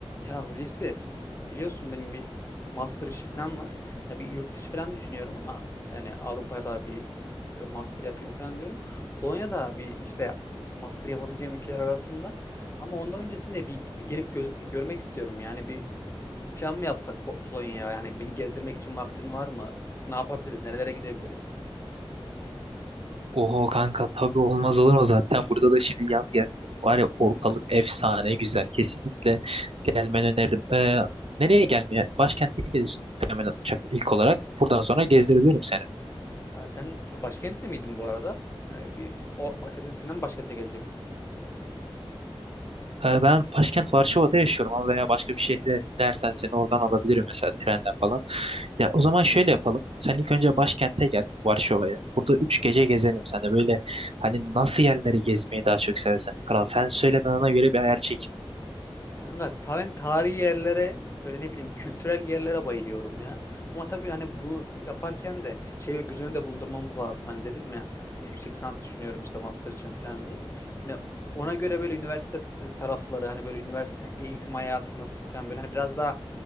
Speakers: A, on the left (about 30°); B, on the right (about 85°).
A: Ya Hulusi biliyorsun benim bir master işi falan var. Ya bir yurt dışı falan düşünüyorum ama yani Avrupa'da bir e, master yapayım falan diyorum. Polonya'da bir işte master yapabileceğim ülkeler arasında ama ondan öncesinde bir gelip göz- görmek istiyorum. Yani bir, bir plan mı yapsak Po- Polonya'ya? Yani beni gezdirmek için vaktin var mı? Ne yapabiliriz? Nerelere gidebiliriz?
B: Oho kanka tabii olmaz olur mu zaten burada da şimdi yaz geldi. Var ya ortalık efsane güzel. Kesinlikle gelmeni öneririm. Ee, nereye gelmeye? Başkente gidiyorsun muhtemelen uçakla ilk olarak. Buradan sonra gezdirebilirim seni.
A: Ya sen başkentte miydin bu arada? Hani bir o, senin, senden başkente geleceksin.
B: Ee, ben başkent Varşova'da yaşıyorum ama veya başka bir şehre inersen seni oradan alabilirim mesela trenle falan. Ya o zaman şöyle yapalım. Sen ilk önce başkente gel Varşova'ya. Burada üç gece gezelim sen de böyle hani nasıl yerleri gezmeyi daha çok seversen. Kral sen söyle ben ona göre bir ayar çekeyim.
A: Kanka ta ben tarihi yerlere böyle ne bileyim kültürel yerlere bayılıyorum ya. Ama tabii hani bu yaparken de şeyi göz önünde bulundurmamız lazım. Hani dedim ya yüksek lisans düşünüyorum işte master için falan diye. Hani ona göre böyle üniversite t- tarafları hani böyle üniversite e, eğitim hayatı nasıl falan böyle hani biraz daha